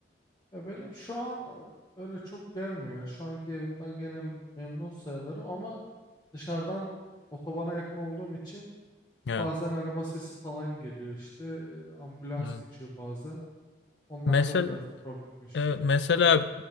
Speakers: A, on the left (about 20°); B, on the left (about 75°).
A: Ya benim şu an e, öyle çok gelmiyor. ya. Şu anki evimden gene memnun sayılırım ama dışarıdan otobana yakın olduğum için
B: Evet.
A: Bazen araba sesi falan geliyor işte. e, ambulans
B: Evet.
A: geçiyor bazen. Onlarda
B: Mesela
A: biraz problem yaşıyorum.
B: Evet, mesela